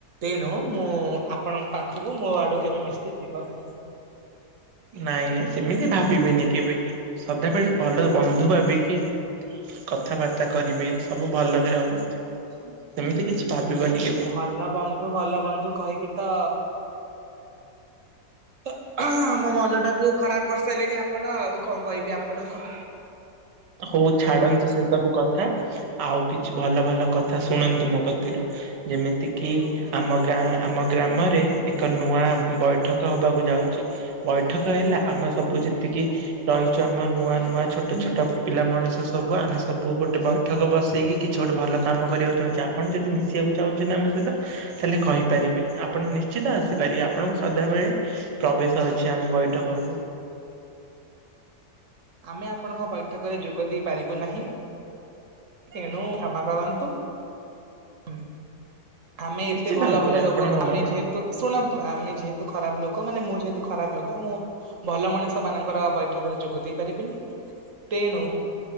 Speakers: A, on the right; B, on the right.
A: ତେଣୁ ମୁଁ ଆପଣଙ୍କ ପାଖକୁ ମୋ ଆଡୁ କେବେ ମିଶି ଯିବ ନାହିଁ।
B: ନାଇଁ ନାଇଁ ସେମିତି ଭାବିବେନି କେବେ ସଦାବେଳେ ଭଲ ବନ୍ଧୁ ଭାବିକି କଥାବାର୍ତ୍ତା କରିବେ ସବୁ ଭଲରେ ହବ ସେମିତି କିଛି- ଭାବିବନି କେବେ।
A: ଭଲ ବନ୍ଧୁ ଭଲ ବନ୍ଧୁ କହିକି। ତ। ତ ଆମ ମନ ଟାକୁ ଖରାପ କରି। ଶୋଇଲେଣି ଆପଣ ଆଉ କଣ କହିବେ ଆପଣଙ୍କ-
B: ହଉ ଛାଡନ୍ତୁ ସେ ସବୁ କଥା ଆଉ କିଛି ଭଲ ଭଲ କଥା ଶୁଣନ୍ତୁ, ମୋ କତିରୁ ଯେମିତିକି ଆମ ଗାଁ ଆମ ଗ୍ରାମରେ ଏକ ନୂଆ ବୈଠକ ହବାକୁ ଯାଉଛି। ବୈଠକ ହେଲା ଆମ ସବୁ ଯେତିକି ରହିଛୁ ଆମ ନୂଆ ନୂଆ ଛୋଟ ଛୋଟ- ପିଲା ମଣିଷ ସବୁ ଆମେ ସବୁ ଗୋଟେ ବୈଠକ ବସେଇକି କିଛି ଗୋଟେ ଭଲ କାମ କରିବାକୁ ଚାହୁଁଛେ ଆପଣ ଯଦି ମିଶିବାକୁ ଚାହୁଁଛନ୍ତି। ଆମ ସହିତ ତାହେଲେ କହିପାରିବେ ଆପଣ ନିଶ୍ଚିତ ଆସିପାରିବେ ଆପଣଙ୍କୁ ସଦାବେେଳେ ପ୍ରବେଶ ଅଛି ଆମ ବୈଠକକୁ।
A: ଆମେ ଆପଣଙ୍କ ବୈଠକରେ ଯୋଗ ଦେଇ ପାରିବୁ ନାହିଁ ତେଣୁ କ୍ଷମା କରନ୍ତୁ। ହୁଁ ଆମେ
B: ନିଶ୍ଚିତ
A: ଏତେ ଭଲ
B: ଭାବରେ
A: ଭଲ ଲୋକ
B: ଆପଣଙ୍କ
A: ଆମେ
B: ମନ
A: ଯେହେତୁ ଶୁଣନ୍ତୁ, ଆମେ ଯେହେତୁ ଖରାପ ଲୋକ ମାନେ ମୁଁ ଯେହେତୁ- ଖରାପ ଲୋକ ମୁଁ ଭଲ ମଣିଷ ମାନଙ୍କର ବୈଠକ ରେ ଯୋଗଦେଇ- ପାରିବନି ତେଣୁ,